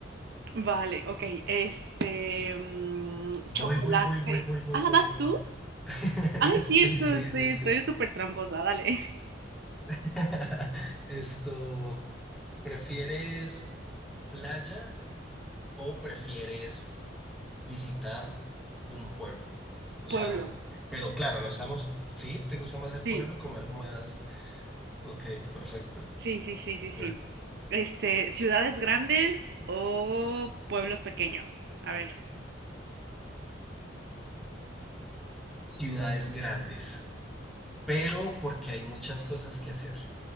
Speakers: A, on the right; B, in the centre.
A: Vale, ok. Este, mm,
B: Voy,
A: chocolate.
B: voy, voy, voy, voy, voy,
A: Ah,
B: voy,
A: ¿vas
B: voy.
A: tú?
B: <laughs>
A: Ay, cierto,
B: Sí, sí, sí,
A: sí, estoy
B: sí.
A: súper tramposa, dale. <laughs>
B: <laughs> Esto, ¿prefieres playa o prefieres visitar un pueblo? O
A: Pueblo.
B: sea, pero claro, no estamos, sí, ¿te gusta más el
A: Sí.
B: pueblo como algo más? Ok, perfecto.
A: Sí, sí, sí, sí, sí.
B: cool.
A: Este, ciudades grandes o pueblos pequeños. A ver.
B: Ciudades grandes, pero porque hay muchas cosas que hacer.